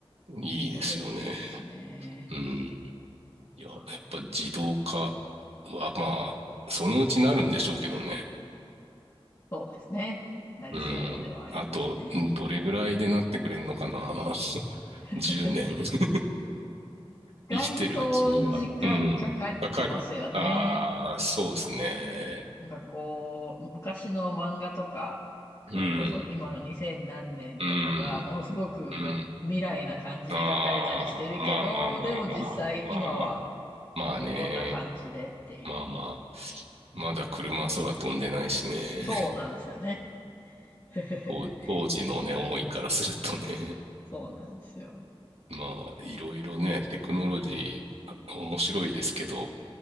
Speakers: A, on the right (about 80°); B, on the left (about 30°).
A: いいですよね。
B: これいいですね。
A: うん。いや、
B: あ
A: やっぱ自動化はまあ、そのうちなるんでしょうけどね。
B: そうですね。なりそうではありますね。
A: うん。あと、うんどれぐらいでなってくれんのかな
B: <laughs>
A: ?10 年 <laughs>。
B: 意外と時間かかってますよね。
A: 生きてるうちには、うん。かかる。ああ、そうですね。
B: なんかこう、昔の漫画とか、
A: うん。
B: それこそ今の2000何年とかが、
A: うん。
B: ものすごくこう、
A: うん。
B: 未来な感じで描かれたりしてるけど、
A: ああ、まあまあまあまあ。
B: でも実際今は
A: まあまあ。まあね。
B: こんな感じでっていう。
A: まあまあ。まだ車空飛んでないしね。
B: そうなんですよね。
A: <laughs>
B: <laughs>
A: 当当時のね、思いからするとね。
B: そうなんですよ。
A: まあ、いろいろね、テクノロジー、面白いですけど、